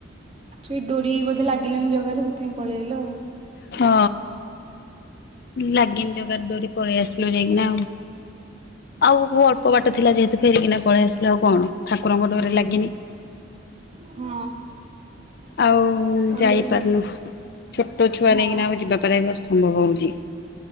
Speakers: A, on the right; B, on the left.
A: ସେଇ ଡୋରି ବଧେ ଲାଗିଲାନି ଜଗାର ସେଥିପାଇଁ ପଳି ଆଇଲୁ ଆଉ।
B: ହଁ ଲାଗିନି ଜଗାର ଡୋରି ପଳେଇ ଆସି ଥିଲୁ ଯାଇକିନା ଆଉ। ଆଉ ଅଳ୍ପ ବାଟ ଥିଲା ଯେହେତୁ ଫେରିକିନା ପଳେଇ ଆସିଲୁ ଆଉ କଣ? ଠାକୁରଙ୍କ ଡୋରି ଲାଗିନି।
A: ହଁ।
B: ଆଉ
A: ହଁ ଓଲୋ
B: ଯାଇପାରୁନୁ ଛୋଟ ଛୁଆ
A: ହଁ।
B: ନେଇକିନା ଆଉ ଯିବାପାର ବି ଅସମ୍ଭବ ହଉଛି।